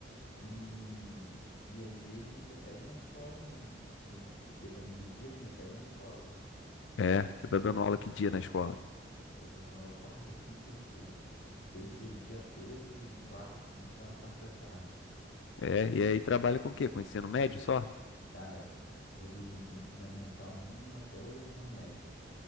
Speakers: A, on the left; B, on the left.
A: E, e às vezes ainda pego uma escola ainda. né? Tem, di- dependendo do dia, ainda pego na escola.
B: É,
A: Então,
B: você tá dando aula que dia
A: caraca,
B: na escola?
A: tô dando aula quarta, quinta e sexta, cara. Sexta o dia todo e quarta e quinta só na parte da tarde.
B: É, e aí trabalha com o quê? Com ensino médio só?
A: Cara, vou do ensino fundamental um até o o médio.